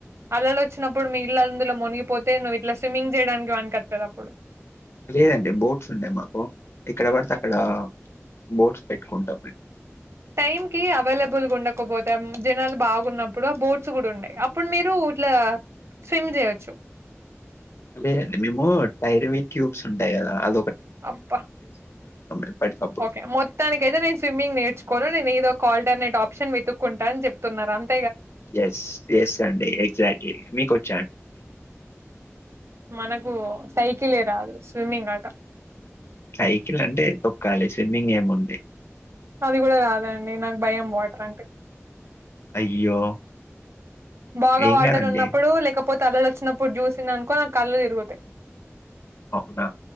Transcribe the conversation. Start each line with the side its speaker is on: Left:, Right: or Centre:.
Right: అలలు వచ్చినప్పుడు మీ ఇల్ందులో మునిగిపోతే ను్వు ఇట్లా స్విమ్మింగ్ చేయడానికి వనికివత్తది అప్పుడు
Left: లేదండి బోట్స్ ఉన్నాయి మాకు ఇక్కడ పడితే అక్కడ బోట్స్ పెట్టుకుంటాం మేము
Right: టైమ్ కి అవైలబుల్ గా ఉండకపోతే జనాలు బాగున్నప్పుడు ఆ బోట్స్ కూడా ఉండయి అప్పుడు మీరు ఇట్లా స్విమ్ చేయచ్చు
Left: అద అండి మేము టైర్వి ట్యూబ్స్ ఉంటాయి కదా అ
Right: అబ్బా
Left: ఎప్పటికప్పుడు.
Right: ఓకే మొత్తానికైతే నేను స్విమ్మింగ్ నేర్చుకోను నేను ఇదో కాల్డర్ అనేడ్ ఆప్షన్ వెతుక్కుంటా అని చెప్తున్నారు అంత
Left: ఎస్ ఎస్ అండి ఎగ్జాక్ట్లీ మీకు వచ్చి
Right: మనకు సై క్లి రాదు స్విమ్మింగ్ గాక
Left: సైకిల్ అంటే తొక్కాలి స్విమ్మింగ్ ఏముండే
Right: అది కూడా రాదండి నాకు భయం వాటర్ అంటే
Left: అయ్యో
Right: బాగా
Left: ఏం
Right: వాటర్
Left: గాదండి.
Right: ఉన్నప్పుడు లేకపో పోతే అలలు వచ్చినప్పుడు చూసింది అనుకో నాకు కళ్ళుతిరుగుతాయి
Left: అవునా